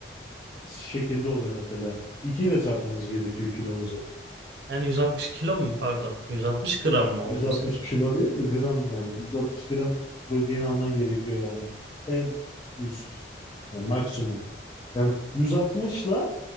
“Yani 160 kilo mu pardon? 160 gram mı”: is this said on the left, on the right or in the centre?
Right